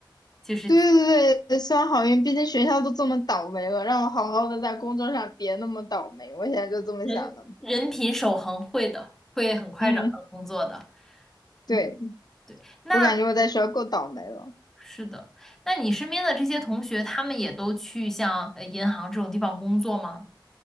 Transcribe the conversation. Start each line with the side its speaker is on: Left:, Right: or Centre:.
Centre: 就是
Left: 对对对，希望好运，毕竟学校都这么倒霉了，让我好好的在工作上别那么倒霉，我现在就这么想的。
Centre: 人人品守恒会的，会很快找到工作的，
Left: 嗯，对，
Centre: 嗯。对，那
Left: 我感觉我在学校够倒霉了。
Centre: 是的，那你身边的这些同学，他们也都去像呃银行这种地方工作吗？